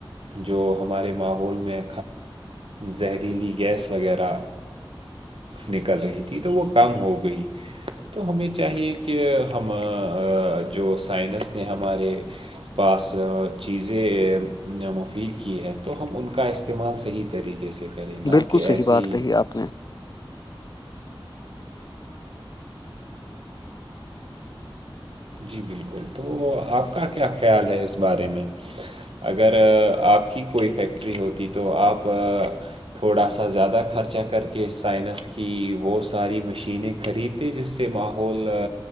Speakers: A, on the right; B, on the left.
A: جو ہمارے ماحول میں زہریلی گیس وغیرہ نکل رہی تھی تو وہ کم ہو گئی تو ہمیں چاہیے کہ ہم جو سائنس نے ہمارے پاس چیزیں مفید کی ہے تو ہم ان کا استعمال صحیح طریقے سے کریں نہ
B: بالکل
A: کہ
B: صحیح
A: ایسی
B: بات کہی آپ نے
A: جی بالکل تو آپ کا کیا خیال ہے اس بارے میں اگر آپ کی کوئی فیکٹری ہوتی تو آپ تھوڑا سا زیادہ خرچہ کر کے سائنس کی وہ ساری مشینیں خریدتے جس سے ماحول